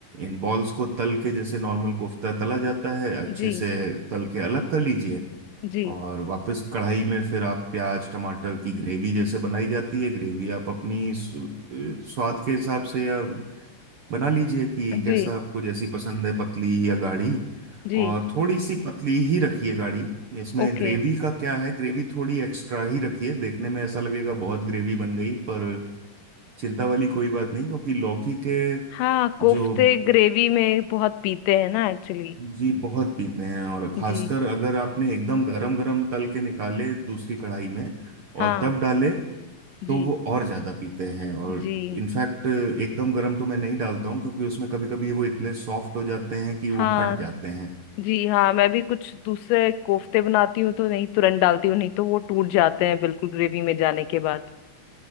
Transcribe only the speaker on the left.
जी
जी
जी
जी
ओके
हाँ कोफ्ते
ग्रेवी में बहुत पीते हैं ना एक्चुअली
जी
हाँ
जी
जी
हाँ
जी हाँ मैं भी कुछ दूसरे कोफ्ते बनाती हूँ तो नहीं तुरंत डालती हूँ नहीं तो वो टूट जाते हैं बिल्कुल ग्रेवी में जाने के बाद